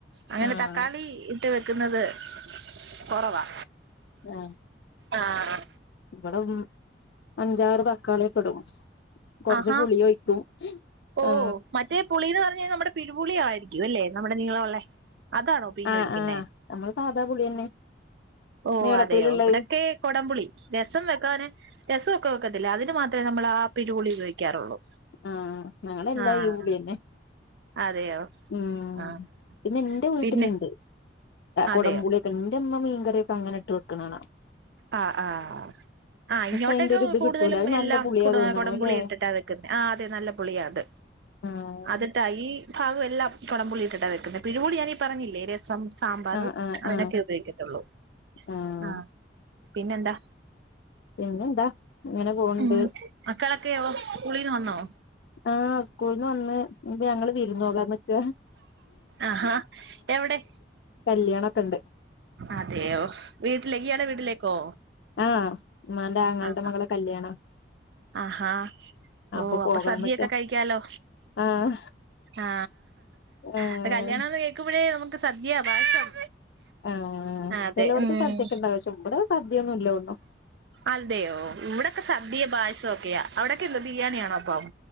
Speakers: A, on the right; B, on the left.
A: അങ്ങനെ
B: ആഹ്
A: തക്കാളി ഇട്ട് വെക്കുന്നത് കൊറവാ.
B: ആ
A: ആഹാ
B: ഇവിടെ മ് അഞ്ചാറ് തക്കാളിയെക്കെയിടും. കുറച്ച്
A: ആഹാ
B: പുളിയൊഴിക്കും
A: ഓ
B: ഏ
A: മറ്റേ പുളീന്ന് പറഞ്ഞ് കഴിഞ്ഞാൽ നമ്മുടെ പിരുപുളിയായിരിക്കും അല്ലേ നമ്മുടെ നിളമുള്ളേ അതാണോ? പീഞ്ഞൊഴിക്കുന്നെ
B: ആഹ് ആഹ് നമ്മള് സാധാ പുളിയന്നെ
A: ഓ
B: നീളത്തില്ള്ളത്
A: അതെയോ ഇവിടൊക്കെ കൊടംപുളി രസം വെക്കാന് രസൊക്കെ വെക്കത്തില്ലെ അതിന് മാത്രമേ നമ്മൾ ആ പിരിപുളി ഉപയോഗിക്കാറുള്ളൂ
B: ആ ആ ഞങ്ങളെല്ലാ
A: ആഹ്
B: ഈപളിന്നെ
A: അതെയോ
B: മ്
A: ആഹ്
B: പിന്നെ ഇന്റെ വീട്ടിലുണ്ട്
A: പിന്നെ അതെയോ
B: കുടമ്പപുളിയൊക്കെ എന്റെമ്മ മീൻകറിയൊക്കെ അങ്ങനെ ഇട്ട് വെക്കണകാണാ.
A: ആ ആ ആ ഇങ്ങോട്ടൊക്കെ
B: അതിന്റെ ഒരു ഇത്
A: കൂടുതലും
B: കിട്ടൂല അത് നല്ല
A: എല്ലാം
B: പുളിയാ തോന്നണു
A: കുടംപുളി
B: അല്ലേ
A: ഇട്ടിട്ടാ വെ ആ അതെ നല്ല പുളിയ അത്
B: ആഹ്
A: അതിട്ട ഈ പ്പാഗല്ലാം കുടംപുളിട്ടിട്ടാ വെക്കുന്നേ പിഴിപൂളി ഞാന ഈ പറഞ്ഞില്ലേ രസം സാമ്പാറ്
B: ആഹ് ആഹ്
A: അതിനൊക്കെ
B: ആഹ്
A: ഉപയോഗിക്കത്തുള്ളൂ.
B: ആഹ്
A: ആ പിന്നെന്താ,
B: പിന്നെന്താ ഇങ്ങനെ പോണ്ട്
A: മ് മക്കളൊക്കെയൊ? സ്കൂളീന്ന് വന്നോ?
B: ആ സ്കൂള്ന്ന് വന്ന് ഇനിപ്പ ഞങ്ങള് വിരുന്നോകാന്നിക്ക.
A: ആഹാ എവിടെ?
B: കല്ല്യാണൊക്കെണ്ട്
A: അതെയോ വീട്ടിലെ ഇയാടെ വീട്ടിലേക്കോ?
B: ആ ഉമ്മാന്റെ ആങ്ങൾടെ
A: ആഹ്
B: മകളെ കല്യാണാ
A: ആഹാ ഓ
B: അപ്പൊ
A: അപ്പ
B: പോകാൻ
A: സദ്യൊക്കെ
B: നിക്കാ
A: കഴിക്കാലോ
B: ആഹ്
A: ആ
B: ആഹ്
A: അപ്പ കല്യാണ കേൾക്കുമ്പോഴേ നമുക്ക് സദ്യ പായസം
B: ആ
A: അതെ
B: ചെലവ്ട്ത്ത്
A: ഉം
B: സദ്യൊക്കെ ഇണ്ടാവച്ച ഇവിടെ സദ്യൊന്നും ഇല്ലോന്നു
A: അതെയോ ഇവിടെക്കെ സദ്യയും പായസമൊക്കെയാ. അവിടൊക്കെ ബിരിയാണിയാണോ അപ്പം?